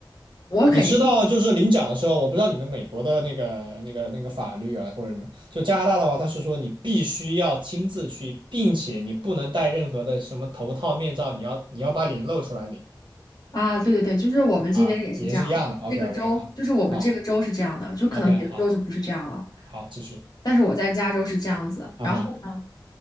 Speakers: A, on the left (about 55°); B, on the right (about 85°).
A: 我肯定是
B: 你知道就是领奖的时候，我不知道你们美国的那个那个那个法律啊或者什么，就加拿大的话，它是说你必须要亲自去，并且你不能戴任何的什么头套、面罩，你要你要把脸露出来领
A: 啊，对对对，就是我们这边也是这样，
B: 啊，也是一样的。OK
A: 这个州就是我们这个州是这样的，
B: OK，好，好
A: 就可能别的州就不是这样了。
B: ，OK，好，好，继续
A: 但是我在加州是这样子，
B: 啊哈，
A: 然后呢，